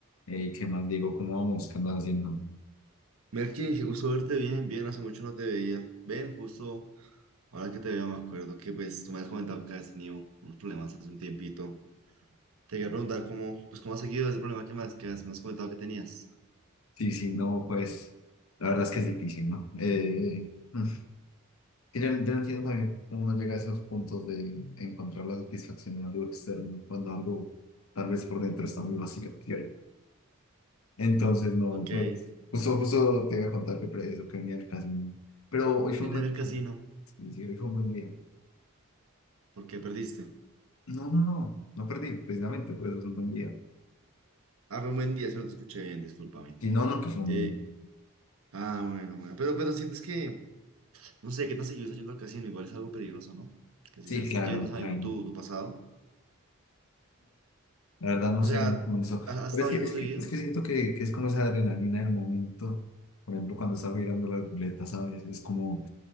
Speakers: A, on the left (about 80°); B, on the right (about 80°).
A: Eh, ¿qué más, Diego? ¿Cómo vamos? ¿Qué andas haciendo?
B: Melkin, qué gusto verte bien, bien, hace mucho no te veía. Ven, justo ahora que te veo me acuerdo que pues tú me has comentado que has tenido unos problemas hace un tiempito. Te quería preguntar cómo, pues cómo has seguido ese problema que más que has, me has comentado que tenías.
A: Sí, sí, no, pues la verdad es que es difícil, ¿no? Eh, mm, Y yo, no yo no entiendo también cómo uno llega a esos puntos de encontrar la satisfacción en algo externo cuando algo tal vez por dentro está muy vacío, ¿cierto? Entonces, no,
B: Ok,
A: pues
B: vine
A: justo, justo te iba a contar que pre- eso que venía al casino Pero hoy fue
B: del
A: un buen día.
B: casino,
A: Sí, sí, hoy fue un buen día.
B: ¿por qué perdiste?
A: No, no, no, no perdí, precisamente, por eso es un buen día.
B: Ah, fue un buen día, si no te escuché bien, discúlpame.
A: Si no, no, que fue un
B: Eh,
A: buen.
B: ah, bueno, bueno, pero, pero sientes que, no sé, qué tan seguido estás yendo al casino, igual es algo peligroso, ¿no? Que sigas
A: Sí, claro,
B: yendo sabiendo
A: claro.
B: tu, tu pasado.
A: La verdad no
B: O
A: sé
B: sea,
A: cómo eso.
B: ¿has, has
A: Pero
B: estado
A: es que,
B: yendo
A: es
B: seguido?
A: que, es que siento que, que es como esa adrenalina del momento. Por ejemplo, cuando estaba mirando la ruleta, ¿sabes? Es como,